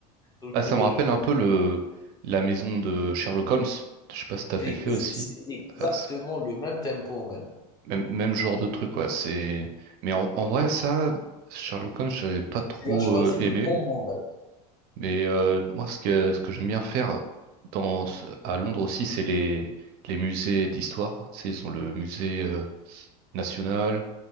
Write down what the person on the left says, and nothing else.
Donc,
euh,
ex-
c'est exactement
le même tempo, même.
Tu as choisi
le bon mot, man.